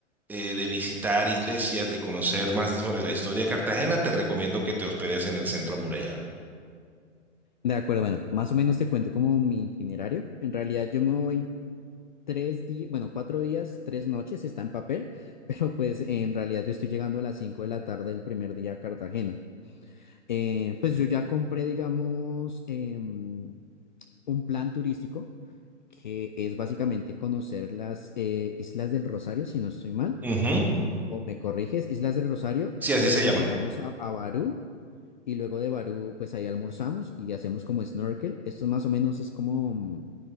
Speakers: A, in the centre; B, on the left.
A: eh, de visitar iglesias, de conocer más sobre la historia de Cartagena, te recomiendo que te hospedes en el centro amurallado.
B: de acuerdo. Bueno, más o menos te cuento como mi itinerario. En realidad yo me voy tres días, bueno, cuatro días, tres noches está en papel, <laughs> pero pues en realidad yo estoy llegando a las cinco de la tarde del primer día a Cartagena. Eh, pues yo ya compré, digamos, em, un plan turístico que es básicamente conocer las eh, Islas del Rosario, si no estoy mal,
A: Ujú.
B: o me corriges, Islas del Rosario,
A: Sí, así
B: luego
A: se llama.
B: llegamos a, a Barú y luego de Barú pues ahí almorzamos y hacemos como snorkel. Esto más o menos es como, mm,